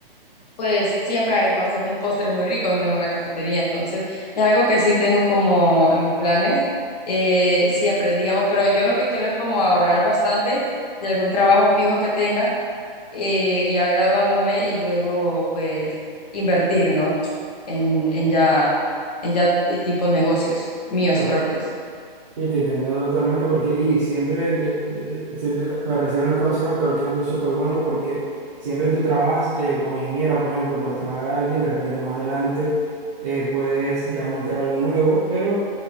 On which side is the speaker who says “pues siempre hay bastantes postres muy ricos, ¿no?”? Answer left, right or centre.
Left